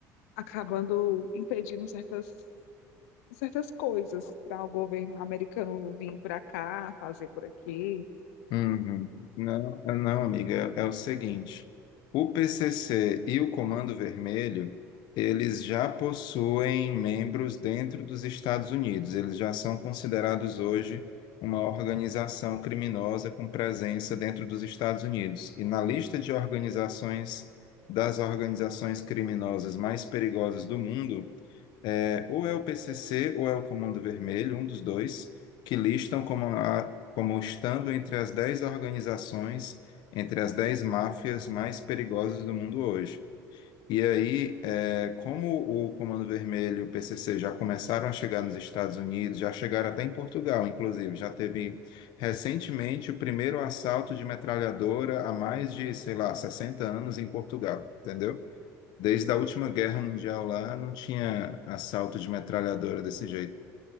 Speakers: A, on the left; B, on the left.
A: acabando impedindo certas, certas coisas para o governo americano vir para cá, fazer por aqui.
B: Uhum. Não, não, amiga, é é o seguinte, o PCC e o Comando Vermelho, eles já possuem membros dentro dos Estados Unidos, eles já são considerados hoje uma organização criminosa com presença dentro dos Estados Unidos. E na lista de organizações, das organizações criminosas mais perigosas do mundo, é, ou é o PCC ou é o Comando Vermelho, um dos dois, que listam como, a- como estando entre as 10 organizações, entre as 10 máfias mais perigosas do mundo hoje. E aí, é, como o Comando Vermelho e o PCC já começaram a chegar nos Estados Unidos, já chegaram até em Portugal, inclusive, já teve recentemente o primeiro assalto de metralhadora há mais de, sei lá, 60 anos em Portugal, entendeu? Desde a última guerra mundial lá, não tinha assalto de metralhadora desse jeito.